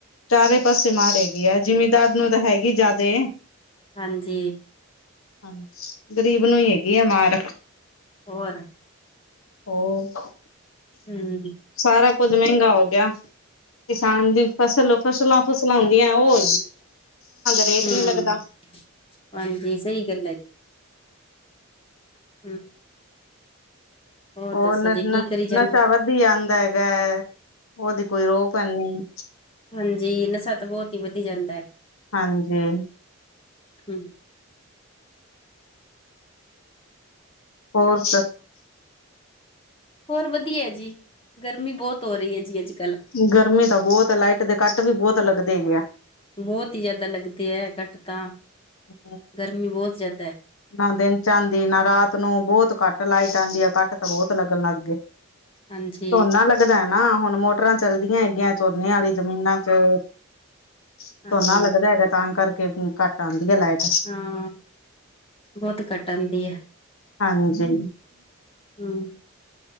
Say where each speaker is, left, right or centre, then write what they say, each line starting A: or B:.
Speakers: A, on the left; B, on the left.
A: ਚਾਰੇ ਪਾਸੇ ਮਾਰ ਹੈਗੀ ਆ ਜ਼ਿਮੀਂਦਾਰ ਨੂੰ ਤਾਂ ਹੈਗੀ ਜਿਆਦੇ
B: ਹਾਂਜੀ
A: ਹਾਂਜੀ ਗਰੀਬ ਨੂੰ ਹੀ ਹੈਗੀ ਆ ਮਾਰ
B: ਹੋਰ
A: ਹੋਰ
B: ਹਮ
A: ਸਾਰਾ ਕੁੱਝ ਮਹਿੰਗਾ ਹੋ ਗਿਆ ਕਿਸਾਨ ਦੀ ਫਸਲ ਫਸਲਾਂ ਫੁਸਲਾਂ ਹੁੰਦੀਆਂ ਉਹ ਰੇਟ
B: ਹਮ
A: ਨੀ ਲੱਗਦਾ
B: ਹਾਂਜੀ ਸਹੀ ਗੱਲ ਹੈ ਜੀ ਹਮ ਹੋਰ
A: ਉਹ
B: ਦੱਸੋ
A: ਨ
B: ਜੀ ਕੀ
A: ਨ
B: ਕਰੀ ਜਾਂਦੀ
A: ਨਸ਼ਾ ਵੱਧ ਹੀ ਜਾਂਦਾ ਹੈਗਾ ਉਹਦੀ ਕੋਈ ਰੋਕ ਨੀ
B: ਹਾਂਜੀ ਨਸ਼ਾ ਤਾਂ ਬਹੁਤ ਹੀ ਵਧੀ ਜਾਂਦਾ
A: ਹਾਂਜੀ
B: ਹਮ
A: ਹੋਚ
B: ਹੋਰ ਵਧੀਆ ਜੀ ਗਰਮੀ ਬਹੁਤ ਹੋ ਰਹੀ ਹੈ ਜੀ ਅੱਜਕਲ
A: ਗਰਮੀ ਤਾਂ ਬਹੁਤ ਹੈ ਲਾਈਟ ਦੇ ਕੱਟ ਵੀ ਬਹੁਤ ਲੱਗਦੇ ਨੇ
B: ਬਹੁਤ ਹੀ ਜਿਆਦਾ ਲੱਗਦੇ ਹੈ ਕਟ ਤਾਂ
A: ਹ
B: ਗਰਮੀ ਬਹੁਤ ਜ਼ਿਆਦਾ
A: ਨਾ ਦਿਨ ਚ ਆਉਂਦੀ ਨਾ ਰਾਤ ਨੂੰ ਬਹੁਤ ਘੱਟ ਲਾਈਟ ਆਉਂਦੀ ਆ ਕੱਟ ਤਾਂ ਬਹੁਤ ਲੱਗਣ ਲੱਗ ਗਏ
B: ਹਾਂਜੀ
A: ਝੋਨਾ ਲੱਗਦਾ ਨਾ ਹੁਣ ਮੋਟਰਾਂ ਚਲਦੀਆਂ ਹੈਗੀਆਂ ਝੋਨੇ ਵਾਲੀ ਜ਼ਮੀਨਾਂ ਚ ਝੋਨਾ
B: ਹਾਂਜੀ
A: ਲੱਗਦਾ ਹੈਗਾ ਤਾਂ ਕਰਕੇ ਘੱਟ ਆਉਂਦੀ ਹੈ ਲਾਈਟ
B: ਹਾਂ ਬਹੁਤ ਘੱਟ ਆਂਦੀ ਹੈ
A: ਹਾਂਜੀ
B: ਹਮ